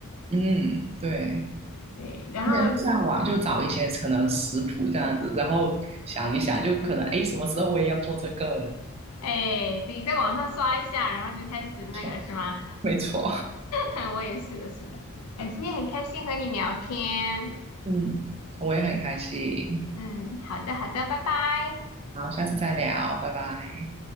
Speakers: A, on the right; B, on the left.
A: 嗯，对。
B: 对，然后
A: 而且会上网就找一些可能食谱这样子，然后想一想，就可能哎，什么时候我也要做这个，
B: 哎对在网上刷一下，然后就开始那个是吗？
A: 是吧？没错，
B: <laughs> 我也是的，是的。哎，今天很开心和你聊天。
A: 嗯，我也很开心，
B: 嗯，好的，好的，拜拜。
A: 好，下次再聊，拜拜。